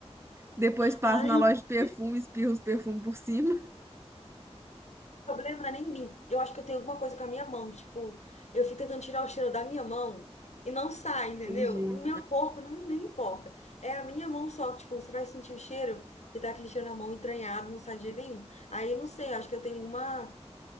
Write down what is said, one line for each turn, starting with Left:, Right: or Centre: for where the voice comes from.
Right: Depois passo
Left: Ai,
Right: na loja de perfume,
Left: o
Right: espirro os perfumes por cima.
Left: problema não é nem mim. Eu acho que eu tenho alguma coisa com a minha mão, que, tipo, eu fico tentando tirar o cheiro da minha mão e não sai, entendeu?
Right: Entendi.
Left: Meu corpo não, não importa. É a minha mão só, que, tipo, você vai sentir o cheiro e tá aquele cheiro na mão entranhado, não sai de jeito nenhum. Aí eu não sei, eu acho que eu tenho alguma,